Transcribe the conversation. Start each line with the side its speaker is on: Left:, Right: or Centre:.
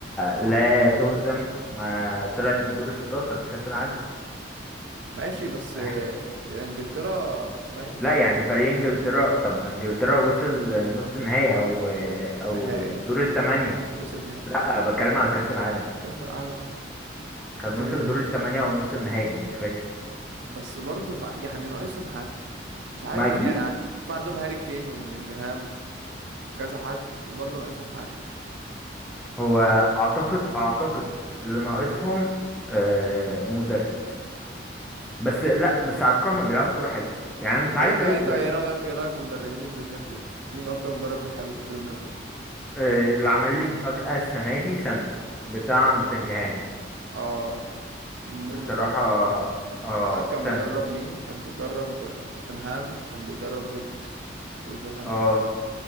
Centre: لا تهزم ما طلعت من دور 16 في كأس العالم
Right: ماشي بس
Centre: فاهم
Right: آه، يعني انجلترا فاهم
Centre: لا
Right: يعني
Centre: يعني فريق انجلترا طب ما انجلترا وصل نص نهائي او او
Right: نهائي
Centre: دور الثمانية
Right: وصل نهائي
Centre: لا بتكلم على كأس العالم
Right: كاس العالم اه
Centre: كان
Right: آه،
Centre: وصل دور الثمانية او نص النهائي مش فاكر
Right: بس برضه ف- يعني ناقصهم حاجة مش عارف
Centre: ما اكيد
Right: ايه يعني ع- شوف عندهم هاري كين وبلينجهام وكذا حد وبرضه ناقصهم حاجة
Centre: هو اعتقد اعتقد اللي ناقصهم آه، مدرب بس لا بس على فكرة هما بيلعبوا كورة حلوة يعني مش عارف
Right: طب انت انت
Centre: ايه
Right: ايه رأيك ايه رأيك في مدربين البريمير ليج مين اكتر مدرب بتحبه في البريمير ليج
Centre: آه، اللي عمل لي مفاجأة السنة دي سانتوس بتاع نوتنجهام
Right: اه نونو
Centre: الصراحة
Right: سانتو
Centre: اه
Right: عارف كان بيدرب
Centre: سانتو
Right: مين كان بيدرب آه، توتنهام وكان بيدرب وولفز وولفرهامبتون
Centre: اه